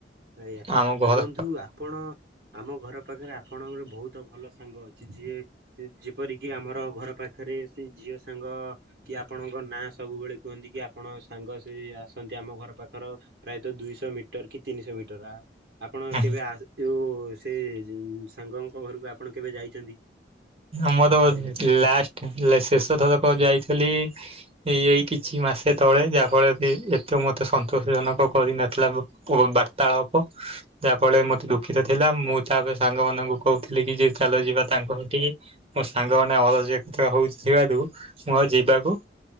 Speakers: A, on the right; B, on the right.
A: ଆୟା
B: ଆମ ଘର
A: ଆଉ ବନ୍ଧୁ ଆପଣ ଆମ ଘର ପାଖରେ ଆପଣଙ୍କର ବହୁତ ଭଲ ସାଙ୍ଗ ଅଛି ଯିଏ ଯେପରିକି ଆମର ଘର ପାଖ ରେ ସେ ଝିଅ ସାଙ୍ଗ କି ଆପଣଙ୍କ ନାଁ ସବୁବେଳେ କୁହନ୍ତି କ୍ୟା ଆପଣ ସାଙ୍ଗ ସେ ଆସନ୍ତି ଆମ ଘର ପାଖର ପ୍ରାୟତ ଦୁଇ ଶହ ମିଟର କି ତିନି ଶହ ମିଟର ଆପଣ
B: ଘର
A: କେବେ ଆ ଯଉ ସେ ସାଙ୍ଗଙ୍କ ଘରକୁ ଆପଣ କେବେ ଯାଇଛନ୍ତି?
B: ସମସଦ
A: ଆସିଛନ୍ତି
B: ଲାଷ୍ଟ - ହେଲେ ଶେଷ ଥରକ ଯାଇଥିଲି ଏ ଏଇ କିଛି ମାସ ସେତେବେଳେ ଯାହାଫଳରେ ବି ଏତେ ମୋତେ ସନ୍ତୋଷଜନକ କରିନଥିଲା ବାର୍ତ୍ତାଳାପ ଯାହା ଫଳରେ ମତେ ଦୁଃଖିତ ଥିଲା ମୁଁ ତାପରେ ସାଙ୍ଗ ମାନଙ୍କୁ କହୁଥିଲି କି ଯେ ଚାଲ ଯିବା ତାଙ୍କ କତିକି ମୋ ସାଙ୍ଗମାନେ ଅରଜକିତ ହେଉଥିବାରୁ ମୁଁ ଆଉ ଯିବାକୁ